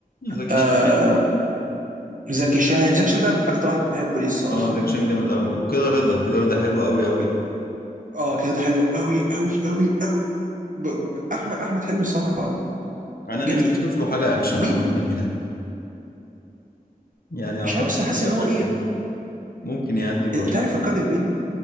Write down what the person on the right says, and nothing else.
آه
زكي شان زكي شان ده اكتر واحد بحبه ليه الصراحه
و- اه كده ده حلو قوي قوي قوي قوي ب- ب- احمد احمد حلمي الصراحه
جميل
مين
مش
عارف بس حاسس
ان هو ايه
انت عارف فكرني مين